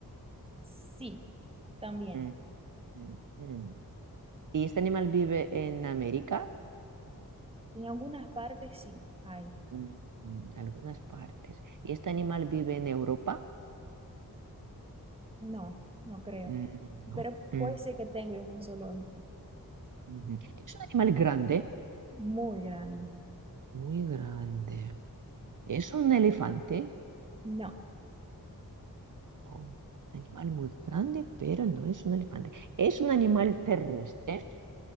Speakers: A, on the right; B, on the right.
A: Sí. También.
B: Mm, mm, mm. ¿Y este animal vive en América?
A: En algunas partes sí hay.
B: Mm, mm, algunas partes. ¿Y este animal vive en Europa?
A: No, no creo.
B: Mm, no.
A: Pero
B: Mm,
A: puede ser que tenga un zoológico
B: ujú. Es un animal grande,
A: muy grande.
B: muy grande. ¿Es un elefante?
A: No.
B: No, un animal muy grande, pero no es un elefante. ¿Es un animal terrestre?